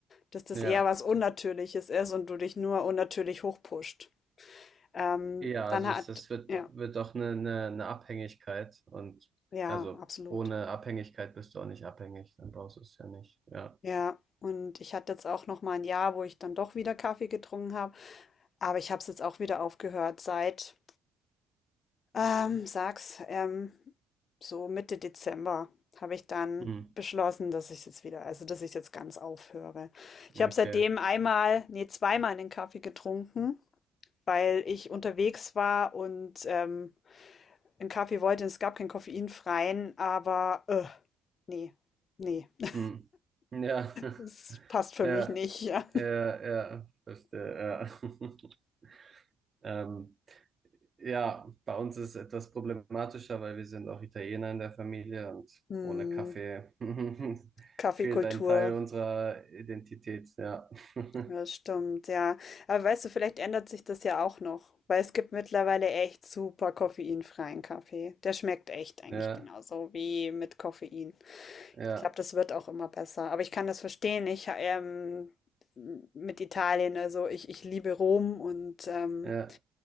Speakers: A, on the left; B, on the right.
A: Dass das
B: ja.
A: eher was Unnatürliches ist und du dich nur unnatürlich hochpusht. Ähm,
B: Ja,
A: dann
B: also
A: hat,
B: es, es wird,
A: ja.
B: wird doch eine, eine, eine Abhängigkeit und
A: Ja,
B: also
A: absolut.
B: ohne Abhängigkeit bist du auch nicht abhängig, dann brauchst du es ja nicht. Ja.
A: Ja, und ich hatte jetzt auch noch mal ein Jahr, wo ich dann doch wieder Kaffee getrunken habe, aber ich habe es jetzt auch wieder aufgehört seit, ähm, sag's, ähm, so Mitte Dezember habe ich dann
B: Hm.
A: beschlossen, dass ich jetzt wieder also, dass ich jetzt ganz aufhöre. Ich
B: Okay.
A: habe seitdem einmal nee, zweimal den Kaffee getrunken, weil ich unterwegs war und, ähm, 'n Kaffee wollte es gab keinen koffeinfreien, aber, ne, nee, ne,
B: Hm. Ja,
A: es
B: <laughs>
A: passt für
B: ja,
A: mich nicht, <laughs> ja.
B: ja, ja, verstehe, ja. <laughs> Ähm, ja, bei uns ist es etwas problematischer, weil wir sind auch Italiener in der Familie und
A: Hm,
B: ohne Kaffee <laughs>
A: Kaffeekultur,
B: fehlt ein Teil unserer Identität, ja. <laughs>
A: Ja, das stimmt, ja. Aber weißt du, vielleicht ändert sich das ja auch noch, weil es gibt mittlerweile echt super koffeinfreien Kaffee. Der schmeckt echt eigentlich
B: Ja,
A: genauso wie mit Koffein.
B: ja,
A: Ich glaube, das wird auch immer besser. Aber ich kann das verstehen. Ich ähm, mit Italien, also ich, ich liebe Rom und ähm,
B: ja,